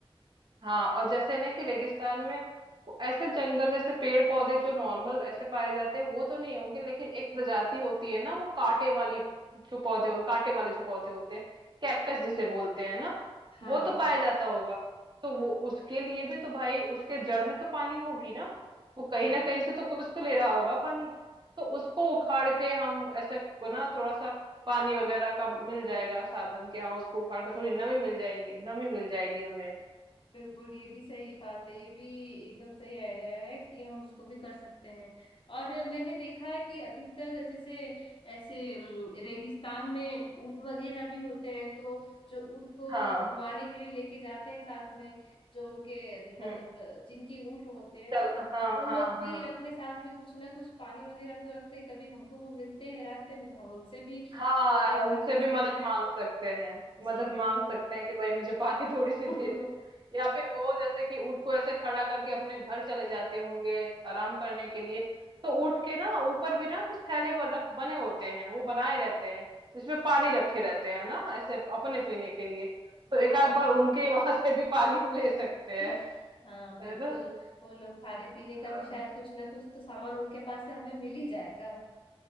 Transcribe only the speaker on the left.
हाँ
हाँ
हाँ
बिल्कुल ये भी सही बात है ये भी एकदम सही आइडिया है कि हम उसको भी कर सकते हैं और मैंने देखा है कि अधिकतर जैसे ऐसे अम, रेगिस्तान में ऊँट वगैरह भी होते हैं तो जो ऊँट को
घुमाने के लिए लेके जाते हैं साथ में जो उनके मतलब
जिनकी ऊँट होते हैं
तो
वो लोग
भी
अपने साथ में कुछ ना कुछ पानी वगैरह तो रखते हैं कभी हमको वो मिलते हैं रास्ते में तो हम उनसे भी
घर घर
पूछ
सकते
हैं
जी
<laughs>
हाँ
<laughs>
हाँ बिल्कुल
वो लोग खाने पीने का
भी शायद कुछ ना कुछ तो सामान उनके पास से हमें मिल ही जाएगा